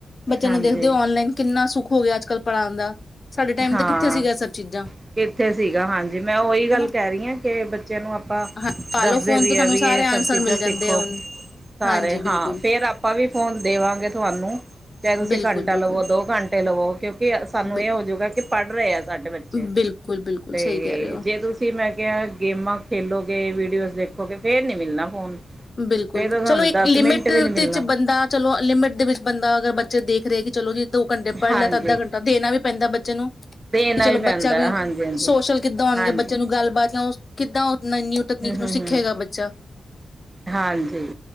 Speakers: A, on the left (about 45°); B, on the right (about 25°).
A: ਬੱਚਿਆਂ
B: ਹਾਂਜੀ
A: ਨੂੰ ਦੇਖਦੇ ਹੋ ਔਨਲਾਈਨ ਕਿੰਨਾ ਸੁੱਖ- ਹੋ ਗਿਆ ਅੱਜ ਕੱਲ੍ਹ ਪੜਾਣ ਦਾ। ਸਾਡੇ ਟਾਈਮ
B: ਹਾਂ
A: ਤੇ ਕਿੱਥੇ ਸੀਗਾ ਸਭ ਚੀਜ਼ਾਂ
B: ਕਿੱਥੇ ਸੀਗਾ ਹਾਂਜੀ ਮੈਂ ਉਹ ਹੀ ਗੱਲ
A: ਹਨਾ
B: ਕਹਿ ਰਹੀ ਆ- ਤੇ ਬੱਚ- ਬੱਚੇ ਨੂੰ ਆਪਾਂ
A: ਹਾਂ ਪਾਲੋ
B: ਦੱਸਦੇ
A: ਫੋਨ
B: ਵੀ
A: ਤੋਂ ਤੁਹਾਨੂੰ
B: ਐ ਵੀ
A: ਸਾਰੇ
B: ਇਹ
A: ਆਂਸਰ
B: ਸਭ ਚੀਜ਼ਾਂ
A: ਮਿਲ
B: ਸਿੱਖੋ,
A: ਜਾਂਦੇ ਆ ਹੁਣ
B: ਸਾਰੇ
A: ਹਾਂਜੀ ਬਿਲਕੁਲ
B: ਹਾਂ, ਫੇਰ ਆਪਾਂ ਵੀ ਫੋਨ ਦੇਵਾਂਗੇ- ਤੁਹਾਨੂੰ- ਚਾਹੇ ਤੁਸੀਂ
A: ਬਿਲਕੁਲ
B: ਘੰਟਾ
A: ਬਿਲਕੁਲ
B: ਲਵੋ, ਦੋ ਘੰਟੇ ਲਵੋ ਕਿਉਂਕਿ ਸਾਨੂੰ
A: ਬਿ
B: ਇਹ ਹੋਜੂ- ਬਹਿ ਕੇ ਪੜ੍ਹ ਰਹੇ ਆ ਸਾਡੇ ਬੱਚੇ
A: ਬਿਲਕੁਲ ਬਿਲਕੁਲ
B: ਤੇ
A: ਸਹੀ ਕਹਿ ਰਹੇ ਹੋ
B: ਜੇ ਤੁਸੀਂ ਮੈਂ ਕਿਹਾ ਗੇਮਾਂ ਖੇਲੋਗੇ, ਵੀਡੀਓਜ਼ ਦੇਖੋ- ਖੋਗੇ ਫੇਰ ਨੀ ਮਿਲਣਾ ਫੋਨ।
A: ਬਿਲਕੁਲ,
B: ਫੇਰ ਤਾਂ ਤੁਹਾਨੂੰ
A: ਚਲੋ ਇੱਕ
B: ਦਸ
A: ਲਿਮਿਟ
B: ਮਿੰਟ ਵੀ ਨੀ ਮਿਲਣਾ
A: ਦੇ ਬੰਦਾ ਚਲੋ ਲਿਮਿਟ ਦੇ ਵਿੱਚ ਬੰਦਾ ਅਗਰ ਬੱਚੇ ਦੇਖ ਰਹੇ ਕਿ ਚਲੋ ਜ- ਦੋ ਘੰਟੇ ਪੜ੍ਹ
B: ਹਾਂਜੀ
A: ਲਿਆ ਤਾਂ ਅੱਧਾ ਘੰਟਾ ਦੇਣਾ ਵੀ ਪੈਂਦਾ ਬੱਚ- ਚੇ ਨੂੰ- ਕਿ
B: ਦੇਣਾ
A: ਚਲੋ
B: ਵੀ ਪੈਂਦਾ
A: ਬੱਚਾ ਵੀ
B: ਹਾਂਜੀ ਹਾਂਜੀ
A: ਸੋਸ਼ਲ ਕਿੱਦਾਂ ਹੋਣਗੇ
B: ਹਾਂਜੀ
A: ਬੱਚੇ ਨੂੰ ਗੱਲਬਾਤ ਜਾਂ ਓਸ- ਕਿੱਦਾਂ ਉਹ- ਨਵੀਂ ਨਿਊ ਤਕਨੀਕ
B: ਹਮ
A: ਨੂੰ
B: ਹਮ
A: ਸਿੱਖੇਗਾ
B: ਹਮ
A: ਬੱਚਾ।
B: ਹਾਂਜੀ